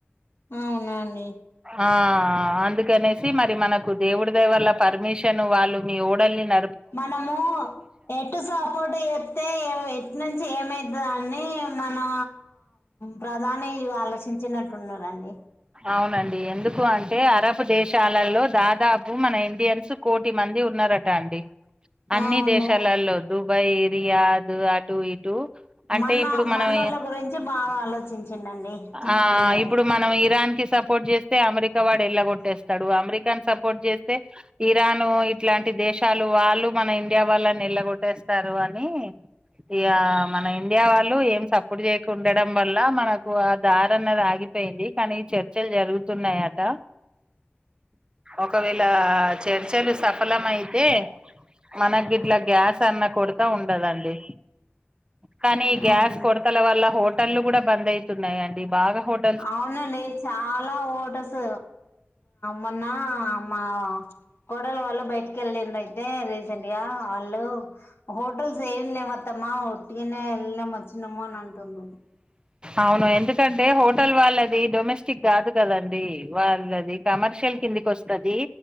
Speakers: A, on the left; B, on the right.
A: అవునా అండి
B: ఆ ఆ అందుకనేసి మరి మనకు దేవుడి దయ వల్ల పర్మిష్ శన్ వాళ్ళు మీ ఓడల్ని న
A: మనము ఎటు సపోర్ట్ జెత్తే ఏం ఎట్ నుంచి ఏమై దో అనీ మనా ప్రధాని ఇవార్ చించినట్టు ఉన్నరండి
B: అవునండి ఎందుకు అంటే అరబ్ దేశాలలో దాదాపు మన ఇండియన్స్ కోటి మంది ఉన్నరట అండి. అన్ని
A: అవును
B: దేశాలల్లో దుబాయ్, రియాద్ అటు ఇటు అంటే
A: మన
B: ఇప్పుడు మనం
A: మనోళ్ళ గురించి బాగా ఆలోచించిండండి
B: ఆ
A: మోడీ గార్
B: ఇప్పుడు మనం ఇరాన్ కి సపోర్ట్ జేస్తే అమెరికావాడెళ్ల గొట్టేస్తడు అమెరికాన్ స పోర్ట్ జేస్తే ఇరాన్ ఇట్లాంటి దేశాలు వాళ్ళు మన ఇండియా వాళ్ళనెల్లగొట్టేస్తారు. మనే ఇగ మన ఇండియా వాళ్ళు ఏం సపుడు చేయకు ఉండడం వల్ల మనకు ఆ దార అన్నది ఆగి అపోయింది కానీ చర్చలు జరుగుతున్నాయట ఒకవేళ చర్చలు సఫలం అయితే మనకి ఇట్లా గ్యాస్ అన్న కొరత ఉండదండి కానీ గ్యాస్
A: ఉమ్
B: కొరతల వల్ల హోటళ్ల్లు కూడా బంద్ అయితున్నాయిండి బాగా హోట
A: అవునండి చాలా ఓటస్ మొన్న మా కోడలు వాళ్ళ బయ ెళ అయితే రీసెంట్ గా వాళ్ళు హోటల్స్ ఏమిన్నా మత్తమ్మా ఎలా వచనము అంటుండు
B: అవును ఎందుకంటే హోటల్ వాళ్ళది డొమెస్టిక్ కాదు కదండి వాళ్ళది కమర్షియల్ కిందికి వస్తుంది